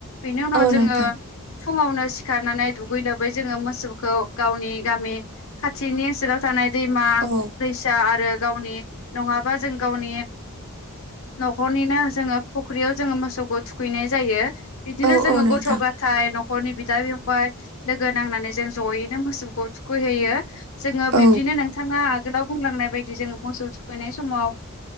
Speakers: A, on the left (about 65°); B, on the right (about 80°).
A: बिनि उनाव
B: औ
A: जोङो
B: नोंथां
A: फुङावनो सिखारनानै दुगै लोबै जोङो मोसौखौ गावनि गामि खाथिनि ओनसोलाव थानाय दैमा
B: औ
A: दैसा आरो गावनि नङाबा जों गावनि न'खरनिनो जोङो फुख्रियाव जोङो मोसौखौ थुखैनाय जायो बिदिनो
B: औ
A: जोङो
B: औ नोंथां
A: गथ' ग थाय न'खरनि बिदा फंबाय लोगो नांनानै जों जयैनो मोसौखौ थुखैहोयो। जोङो बिबदिनो
B: औ
A: नोंथाङा गोलाव बुंलांनाय बायदि जोङो मोसौ थुखैनाय समाव